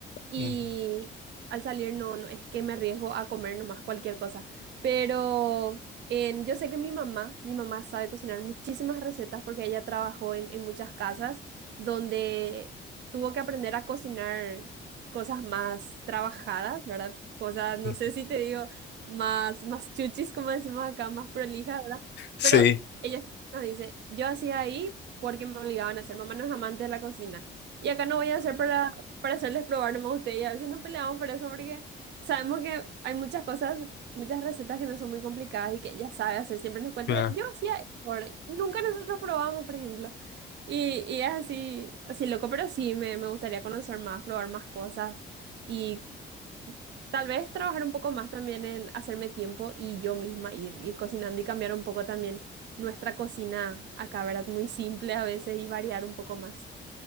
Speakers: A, on the right (about 60°); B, on the left (about 60°).
A: y
B: mm,
A: al salir no, no es que me arriesgo a comer nomás cualquier cosa, pero... en- yo sé que mi mamá, mi mamá sabe cocinar muchísimas recetas porque ella trabajó en en muchas casas donde tuvo que aprender a cocinar cosas más trabajadas, ¿verdad? Cosas, no
B: mm.
A: sé si te digo, más, más chuchis, como decimos acá, más prolijas, ¿verdad?
B: Sí.
A: Pero ella nos dice, yo hacía ahí porque me obligaban a hacer, mamá no es amante de la cocina. Y acá no voy a hacer para, para hacerles probar nomás a ustedes. Y a veces nos peleamos por eso porque sabemos que hay muchas cosas, muchas recetas que no son muy complicadas y que ella sabe hacer. Siempre nos cuenta,
B: Claro,
A: yo hacía esto, ¿verdad? Y Nunca nosotros probamos, por ejemplo. Y, y es así, así loco, pero sí, me, me gustaría conocer más, probar más cosas y tal vez trabajar un poco más también en hacerme tiempo y yo misma ir, ir cocinando y cambiar un poco también nuestra cocina acá, ¿verdad? Muy simple a veces y variar un poco más.